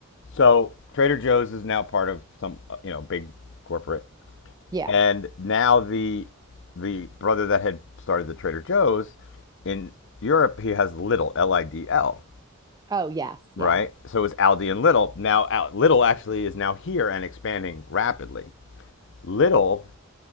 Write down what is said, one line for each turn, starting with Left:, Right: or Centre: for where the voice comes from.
Left: So Trader Joe's is now part of some, uh, you know, big corporate.
Right: Yeah.
Left: And now the the brother that had started the Trader Joe's in Europe, he has Little L I D L,
Right: Oh, yes.
Left: right?
Right: Yeah.
Left: So it was Aldi and Little. Now Al- Little actually is now here and expanding rapidly. Little